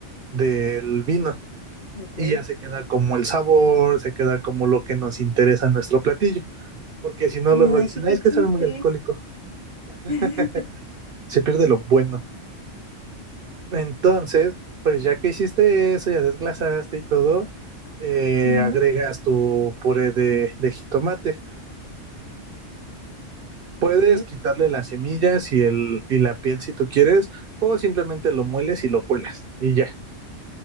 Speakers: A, on the right; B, on the left.
A: del vino
B: Ok.
A: y ya se queda como el sabor, se queda como lo que nos interesa en nuestro platillo, porque si no
B: Mm,
A: luego
B: así
A: dicen,
B: que
A: "Ah, es que
B: chiste.
A: sabe muy alcohólico, <laughs>
B: <laughs>
A: se pierde lo bueno. Entonces, pues ya que hiciste eso, ya desglasaste y todo, eh,
B: Ujú,
A: agregas tu puré de, de jitomate. Puedes
B: Ok.
A: quitarle las semillas y, el, y la piel si tú quieres, o simplemente lo mueles y lo cuelas y ya.